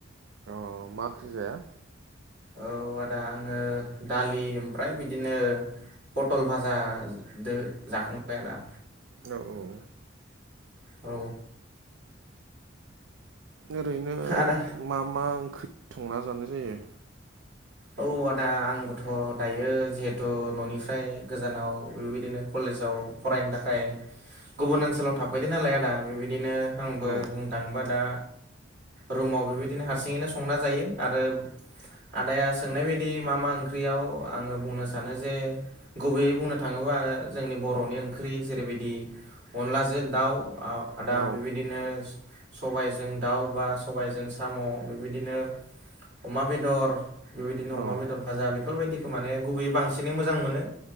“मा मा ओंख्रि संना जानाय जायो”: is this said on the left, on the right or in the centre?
Right